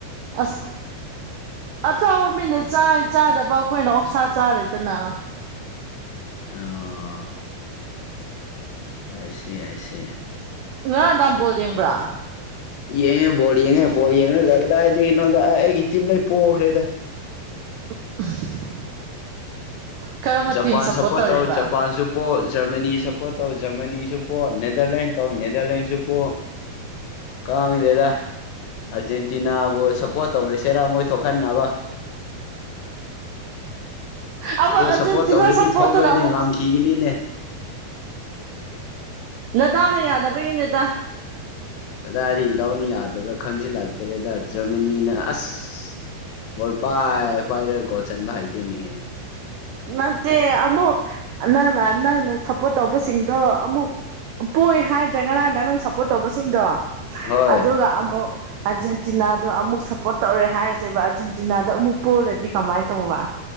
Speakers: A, on the right (about 85°); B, on the left (about 75°).
A: ꯑꯥꯁ ꯑꯆꯥꯥꯕ ꯃꯤꯅ ꯆꯥꯏ ꯆꯥꯗꯕ ꯑꯩꯈꯣꯏꯅ ꯑꯣꯛꯁꯥ ꯆꯥꯔꯦꯗꯅꯥ
B: ꯑꯣ ꯑꯥꯏꯁꯤ ꯑꯥꯏꯁꯤ
A: ꯉꯔꯥꯡ ꯅꯨꯡꯗꯥꯡ ꯕꯣꯜ ꯌꯦꯡꯕ꯭ꯔꯥ
B: ꯌꯦꯡꯉꯦ ꯕꯣꯔꯜ ꯌꯦꯡꯉꯦ ꯕꯜ ꯌꯦꯡ ꯀ ꯀꯗꯥꯏꯗꯤ ꯀꯩꯅꯣꯗ ꯑꯩꯒꯤ ꯇꯤꯝꯂꯩ ꯄꯣꯛꯈ꯭ꯔꯦꯗ
A: <unintelligible>
B: ꯖꯄꯥꯟ
A: ꯇꯤꯝ ꯁꯞꯄꯣꯔꯠ
B: ꯁꯄꯣꯔꯠ
A: ꯇꯧꯔꯤꯕ
B: ꯇꯧ ꯖꯄꯥꯟꯁꯨ ꯄꯣ ꯖꯔꯃꯅꯤ ꯁꯄꯣꯔꯠ ꯇꯧ ꯖꯔꯃꯅꯤꯁꯨ ꯄꯣ ꯅꯦꯗꯔꯂꯦꯟ ꯅꯦꯗꯔꯂꯦꯟꯁꯁꯨꯄꯣ ꯀꯥꯡꯗꯦꯗ ꯑꯥꯔꯖꯦꯟꯇꯤꯅꯥꯕꯨ ꯁꯞꯄꯣꯔꯠ ꯇꯧꯔꯤꯁꯦꯔꯥ ꯃꯣꯏ ꯊꯣꯛꯍꯟꯅꯕ
A: ꯑꯃꯨꯛ
B: ꯑꯗꯣ
A: ꯑꯔꯖꯦꯟꯇꯤꯅꯥ
B: ꯁꯞꯄꯣꯔꯠ ꯇꯧꯔꯗꯤ
A: ꯁꯄꯣꯠꯇꯅ
B: ꯊꯣꯛꯂꯣꯏꯅꯦ
A: ꯑꯃꯨꯛ
B: ꯉꯝꯈꯤꯒꯅꯤꯅꯦ
A: ꯅꯗꯥꯎꯅ ꯌꯗꯕꯒꯤꯅꯦꯗ
B: ꯑꯗꯥꯗꯤ ꯏꯗꯥꯎꯅꯤ ꯌꯥꯗꯕ꯭ꯔꯥ ꯈꯪꯖꯤꯜꯂꯇꯔꯦꯗ ꯖꯔꯃꯅꯤꯅ ꯑꯁ ꯕꯣꯜ ꯄꯥꯏ ꯄꯥꯏꯔꯦ ꯒꯣꯜ ꯆꯟꯕ ꯍꯩꯇꯦꯅꯦ
A: ꯅꯠꯇꯦ ꯑꯃꯨꯛ ꯅꯪꯅ ꯅꯪꯅ ꯁꯞꯄꯣꯔꯠ ꯇꯧꯕꯁꯤꯡꯗꯣ ꯑꯃꯨꯛ ꯄꯣꯛꯏ ꯍꯥꯏꯗ꯭ꯔꯦ ꯉꯔꯥꯡꯗ ꯅꯪ ꯁꯞꯄꯣꯔꯠ ꯇꯧꯕꯁꯤꯡꯗꯣ
B: ꯍꯣꯏ
A: ꯑꯗꯨꯒ ꯑꯃꯨꯛ ꯑꯥꯔꯖꯦꯟꯇꯤꯅꯥꯗꯣ ꯑꯃꯨꯛ ꯁꯞꯄꯣꯔꯠ ꯇꯧꯔꯦ ꯍꯥꯏꯔꯁꯦꯕ ꯑꯥꯔꯖꯦꯟꯇꯤꯅꯥꯗ ꯑꯃꯨꯛ ꯄꯨꯔꯗꯤ ꯀꯃꯥꯏꯅ ꯇꯧꯕ